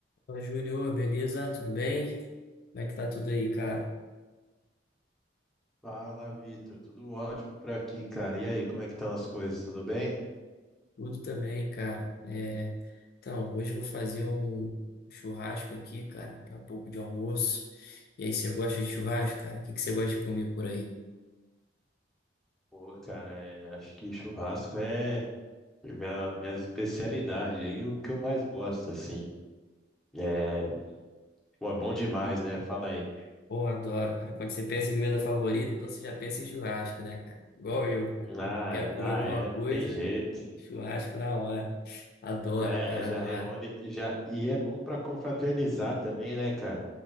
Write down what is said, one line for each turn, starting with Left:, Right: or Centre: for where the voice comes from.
Left: Fala, Júnior, beleza? Tudo bem? Como é que tá tudo aí, cara?
Centre: Fala, Vitor. Tudo ótimo por aqui, cara. E aí, como é que estão as coisas? Tudo bem?
Left: Tudo também, cara. É, Então, hoje eu vou fazer um churrasco aqui, cara, daqui a pouco de almoço. E aí, você gosta de churrasco, cara? O que que você gosta de comer por aí?
Centre: Pô, cara, é, acho que churrasco é minha, minha especialidade aí, o que eu mais gosto, assim. É, pô, é bom demais, né? Fala aí.
Left: Pô, adoro, cara. Quando você pensa em comida favorita, então você já pensa em churrasco, né, cara? Igual eu, cara.
Centre: Ah,
Left: Eu quero comer
Centre: ah,
Left: alguma
Centre: é, não
Left: coisa,
Centre: tem jeito.
Left: churrasco na hora. Adoro,
Centre: É,
Left: cara,
Centre: já
Left: adoro.
Centre: reúne, já, e é bom pra confraternizar também, né, cara?